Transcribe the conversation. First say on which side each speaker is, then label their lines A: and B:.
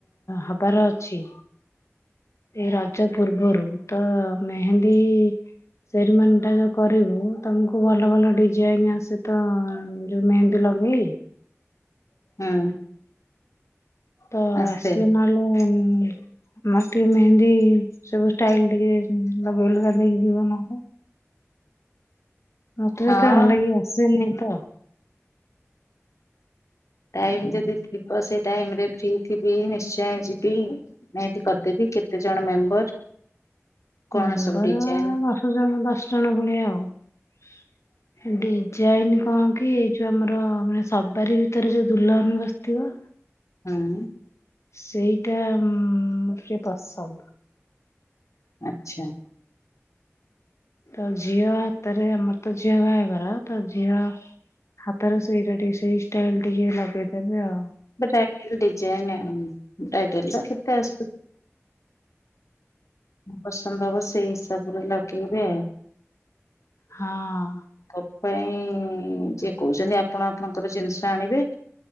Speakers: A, on the left (about 70°); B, on the left (about 85°).
A: ହବାର ଅଛି। ଏଇ ରଜ ପୂର୍ବରୁ ତ ମେହେନ୍ଦୀ ସେରିମନି ଟା ଯେଉ କରିବୁ ତମକୁ ଭଲ ଭଲ ଡିଜାଇନ୍ ଆ ସେ ତ ଯୋଉ ମେହେନ୍ଦୀ ଲଗେଇ
B: ହୁଁ
A: ତ
B: ଆସେ
A: ଆସିଲେ ନହେଲେ ଉଁ ମର ଟିକେ ମେହେନ୍ଦୀ ସବୁ ଷ୍ଟାଇଲ ଟିକେ ଲଗେଇ ଲୁଗା ଦେଇକି ଯିବ ନହେଲେ। ମୋଟରେ
B: ହଁ
A: ତ ଭଲ କି ଆସେନି ତ
B: ଟାଇମ ଯଦି ଥିବ ସେ ଟାଇମରେ ଫ୍ରି ଥିବି ନିଶ୍ଚୟ ଯିବି। ମେହେନ୍ଦି କରିଦେବି କେତେ ଜଣ ମେମ୍ବର। କଣ
A: ମେମ୍ବର
B: ସବୁ ଡିଜାଇନ
A: ଦଶ ଜଣ ଦଶ ଜଣ ଭଳିଆ ଆଉ। ଡିଜାଇନ କଣ କି ଏଇ ଯୋଉ ଆମର ମାନେ ସବାରି ଭିତରେ ଯୋଉ ଦୁଲ୍ହନ ବସିଥିବ।
B: ହୁଁ
A: ସେଇଟା ଉଁ ଟିକେ ପସନ୍ଦ।
B: ଆଚ୍ଛା
A: ତ ଝିଅ ହାତରେ ଆମର ତ ଝିଅ ବାହାଘର ତ ଝିଅ ହା ତାର ସେଇଟା ଟିକେ ସେଇ ଷ୍ଟାଇଲ ଟିକେ ଲଗେଇଦେବେ ଆଉ।
B: ବ୍ରାଇଡଲ ଡିଜାଇନ ଆଉ ବ୍ରାଇଡାଲ୍ ର କେତେ ଆସୁ ପସନ୍ଦ ହବ ସେଇ ହିସାବରେ ଲଗେଇବେ।
A: ହଁ
B: ତୋ ପାଇଁ ଯିଏ କହୁଛନ୍ତି ଆପଣ ଆପଣଙ୍କର ଜିନିଷ ଆଣିବେ।